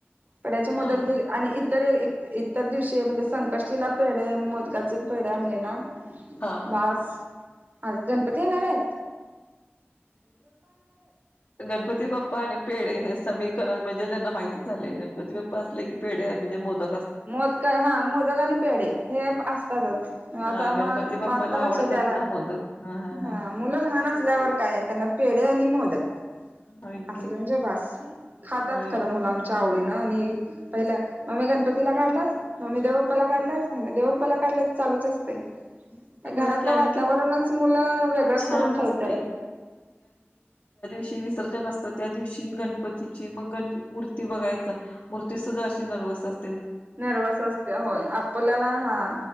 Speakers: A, on the right (about 40°); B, on the left (about 55°).
A: पड्याचे
B: हा
A: मोदक दिले आणि इतर. इ तर इतर दिवशी म्हणजे संकष्टीला पेढ मोदकाचे पेढ आणले ना
B: हा
A: बास आज गणपती येणार हाय
B: गणपती बाप्पा आणि पेढे हे समीकरण म्हणजे त्यांना माहिती झालेय गणपती गणपती बाप्पा असले पेढे हाय म्हणजे मोदकतो
A: मोदक हा मोदक आणि पेढ हे असतातच
B: हा
A: आता मग
B: गणपती बाप्पाला
A: आत्ता लक्षात
B: आवडतात
A: याल
B: ना मोदक हा हा
A: ह
B: हा
A: मुलं लहान असल्यावर काय त्यांना पेढ आणि मोदक.
B: होय
A: असलं
B: की
A: म्हणजे बास खातात
B: होय
A: खरं मुलं आमची आवडी ना नी पहिल्या आम्ही गणपती तिला काढलस मम्मी देव बाप्पाला काढलं मम्मी देवबाप्पाला काढलसं चालूच असतय त्या घरातलं
B: होय की आणखी
A: वातावरणच मुलं वेगळच
B: छान
A: करून ठेवतात.
B: असतं शी विसर्जन असत त्या दिवशी गणपतीची मग गण मूर्ती बघायच मूर्ती सुद्धा अशी नर्वस असं.
A: नर्व्हस असत्या होय आपल्याला हा.